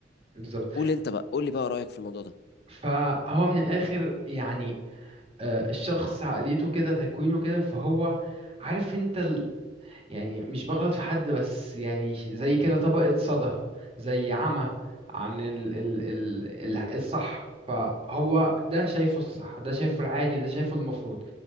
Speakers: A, on the right; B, on the left.
A: بالظبط
B: قول انت بقى قول لي بقى رايك في الموضوع ده
A: فهو من الاخر يعني آه الشخص عقليته كده تكوينه كده فهو عارف انت يعني مش بغلط في حد بس يعني زي كده طبقة صدى زي عمى عن ال ال ال ال الصح فهو ده شايفه الصح ده شايفه العادي ده شايفه المفروض